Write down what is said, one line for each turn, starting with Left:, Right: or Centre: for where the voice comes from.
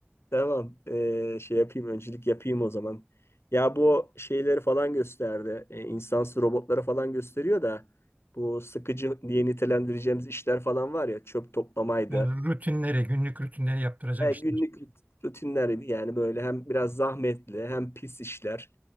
Left: tamam. Ee, şey yapayım. Öncülük yapayım o zaman. Ya bu şeyleri falan gösterdi. Ee, insansı robotları falan gösteriyor da bu sıkıcı diye nitelendireceğimiz işler falan var ya çöp toplamaydı.
Right: Yani rutinleri, günlük rutinleri yaptıracak
Left: Ya
Right: işler.
Left: günlük rutinler yani böyle hem biraz zahmetli hem pis işler